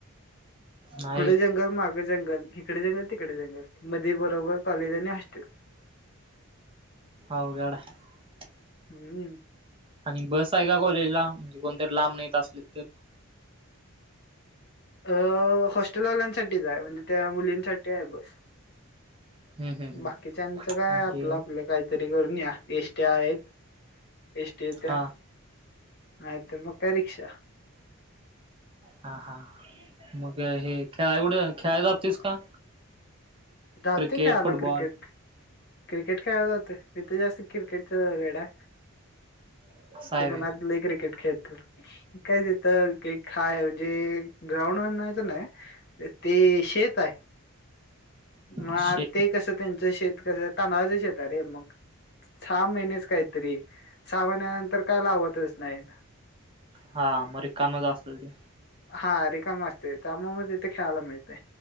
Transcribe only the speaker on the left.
पुढे जंगल माग जंगल इकडे जंगल तिकडे जंगल मध्ये बरोबर कॉलेज आणि हॉस्टेल.
हम्म
अ हॉस्टेलवाल्यांसाठीच आहे म्हणजे त्या मुलींसाठी आहे बस.
बाकीच्यांच काय
आपलं आपलं काहीतरी, करून या एसटी आहेत. एसटी येत्या
नाहीतर मग काय रीक्षा.
जातोय
खेळायला
क्रिकेट क्रिकेट खेळायला जातोय. इथे जास्त क्रिकेटच वेड आहे.
कोकणात
लय क्रिकेट खेळ त्यात काय तिथं एक हाय म्हणजे ग्राउंड म्हणता येणार नाही ते ते शेत हाय. मग
ते कस त्यांचं शेत कस तांदळाच शेत हाय रे मग, सहा महिनेच काहीतरी सहा महिन्यानंतर काय लावतच नाहीत.
हा रिकाम असते. त्यामुळे तिथे खेळायला मिळते.